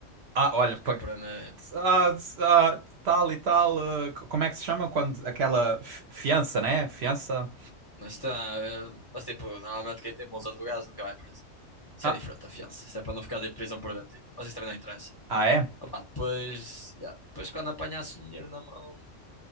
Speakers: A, on the right; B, on the left.
A: Ah, olha,
B: Acho
A: pag-
B: que a pena
A: ah, ah, tal e tal, ah, co- como é que se chama quando aquela fi- fiança, né? Fiança.
B: não está. eh, Mas tipo, normalmente quem tem bons advogados nunca vai preso. Isso
A: Ah,
B: é diferente da fiança. Isso é para não ficar em prisão preventiva. Mas isso também não interessa.
A: ah, é?
B: Opá, depois, yeah, depois quando apanhasse o dinheiro na mão,